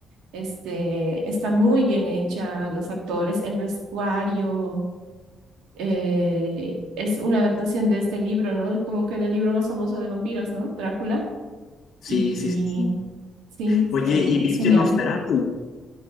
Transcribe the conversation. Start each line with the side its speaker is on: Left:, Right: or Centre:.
Right: Este, está muy bien hecha, los actores, el vestuario. eh, es una adaptación de este libro, ¿no? Como que del libro más famoso de vampiros, ¿no? Drácula.
Left: Sí,
Right: Y
Left: sí, sí, sí.
Right: sí,
Left: Oye,
Right: eh,
Left: ¿y viste
Right: es genial.
Left: Nosferatu?